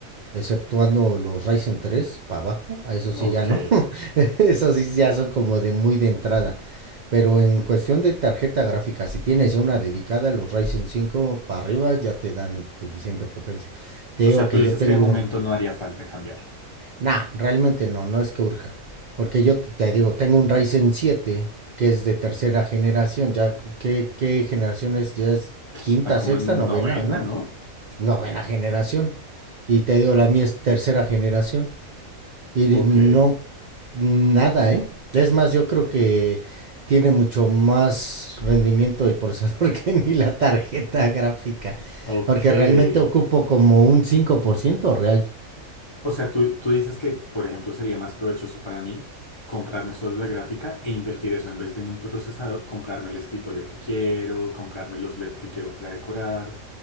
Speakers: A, on the right; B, on the left.
A: Exceptuando los Ryzen 3 para abajo, a eso
B: ok.
A: sí ya no. <laughs> Eso sí ya son como de muy de entrada. Pero en cuestión de tarjeta gráfica, si tienes ya una dedicada, los Ryzen 5 para arriba ya te dan suficiente potencia. Te
B: O
A: digo
B: sea, tú
A: que
B: dices
A: yo tengo...
B: que de momento no haría falta cambiarlo.
A: Nah, realmente no, no es que urja. Porque yo te- digo, tengo un Ryzen 7 que es de tercera generación. Ya, ¿qué, qué generación es? Ya es
B: Están
A: quinta,
B: como
A: sexta,
B: en
A: novena,
B: novena,
A: ¿no?
B: ¿no?
A: Novena generación. Y te digo, la mía es tercera generación. Y
B: Ok,
A: no, nada, ¿eh? Es más, yo creo que tiene mucho más rendimiento el procesador <laughs> que ni la tarjeta gráfica,
B: ok.
A: porque realmente ocupo como un 5% real.
B: O sea, tú, tú dices que, por ejemplo, sería más provechoso para mí comprarme solo la gráfica e invertir eso en vez de en un procesador, comprarme el escritorio que quiero, comprarme los LED que quiero para decorar,